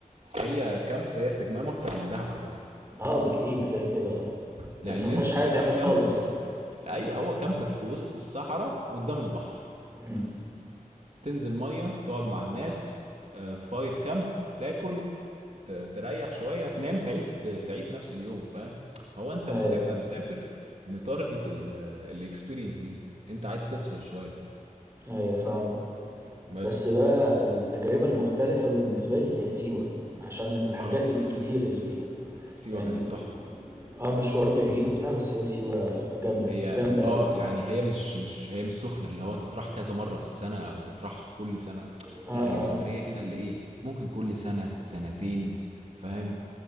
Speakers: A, on the right; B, on the right.
A: هي كامبس هي استجمام اكتر من دهب عامه
B: اه بكتير كده كده اه
A: لان
B: بس ما فيهاش
A: انت
B: حاجة
A: بتبقى
B: تعمل
A: في
B: خالص
A: كامب
B: بقى
A: ايوه هو كامب في وسط الصحراء قدام البحر
B: امم
A: بس تنزل ميه تقعد مع الناس آه، فاير كامب تاكل ت- تريح شويه تنام تعيد تعيد نفس اليوم فاهم هو انت
B: ايوه
A: بتبقى مسافر متارجت الاكسبيرينس دي انت عايز تفصل شويه
B: ايوه فاهمك
A: بس
B: بس بقى التجربة المختلفة بالنسبة لي كانت سيوة عشان الحاجات
A: اه اوف
B: الكتير اللي فيها
A: سيوه
B: يعني
A: كانت تحفه
B: اه مشوار بعيد وبتاع بس هي سيوة جامدة
A: هي
B: جامدة
A: اه
B: قوي
A: يعني هي مش مش هي مش سخنه اللي هو تطرح كذا مره في السنه او تطرح كل سنه
B: اه
A: لا
B: اه
A: هي سفريه كده اللي ايه ممكن كل سنه سنتين فاهم